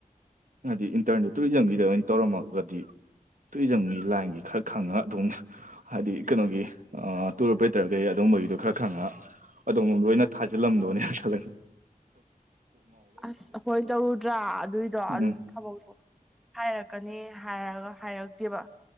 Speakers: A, on the right; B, in the centre.
A: ꯍꯥꯏꯗꯤ ꯏꯟꯇꯔꯗ ꯇꯨꯔꯤꯖꯝꯒꯤꯗ ꯑꯣꯏꯅ ꯇꯧꯔꯝꯃꯒꯗꯤ ꯇꯨꯔꯤꯖꯝꯒꯤ ꯂꯥꯏꯟꯒꯤ ꯈꯔ ꯈꯪꯉ ꯑꯗꯨꯝ ꯍꯥꯏꯗꯤ ꯀꯩꯅꯣꯒꯤ ꯇꯨꯔꯄꯔꯦꯇꯔ ꯀꯩ ꯑꯗꯨꯝ ꯒꯤ ꯈꯔ ꯈꯪꯉ ꯑꯣꯝ ꯂꯣꯏꯅ ꯊꯥꯖꯤꯜꯂꯝꯗꯣꯅꯦ ꯈꯜꯂꯦꯛ
B: ꯑꯁ ꯑꯩꯣꯏ ꯇꯧꯔꯨꯗ꯭ꯔꯥ ꯑꯗꯨꯏꯗꯣ
A: ꯎꯝ
B: ꯑꯗꯨꯁꯨ ꯊꯕꯛꯇꯣ ꯍꯥꯏꯔꯛꯀꯅꯤ ꯍꯥꯏꯔꯒ ꯍꯥꯏꯔꯛꯇꯦꯕ